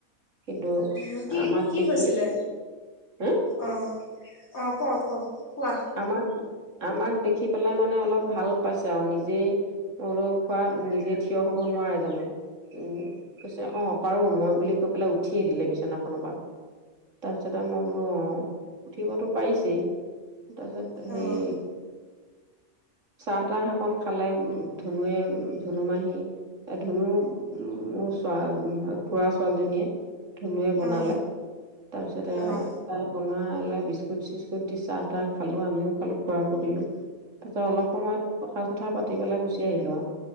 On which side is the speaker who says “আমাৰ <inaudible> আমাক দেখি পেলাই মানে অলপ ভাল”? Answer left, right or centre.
Right